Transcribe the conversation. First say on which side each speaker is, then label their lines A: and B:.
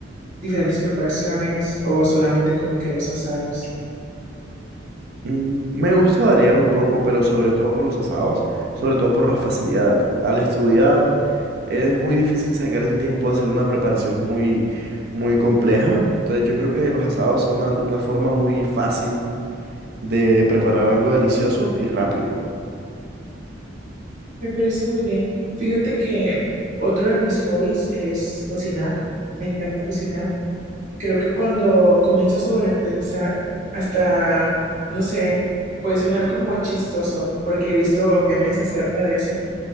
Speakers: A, on the right (about 40°); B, on the right (about 55°).
A: diferentes preparaciones o solamente como que los asados?
B: mm, me gusta variar un poco, pero sobre todo los asados, sobre todo por la facilidad. Al estudiar es muy difícil sacar el tiempo de hacer una preparación muy, muy compleja, entonces yo creo que los asados son al- una forma muy fácil de preparar algo delicioso y rápido.
A: Me parece muy bien. Fíjate que otro de mis hobbies es cocinar. Me encanta cocinar. Creo que cuando comienzo a sobrepensar, hasta, no sé, puede sonar como chistoso, porque he visto memes acerca de eso.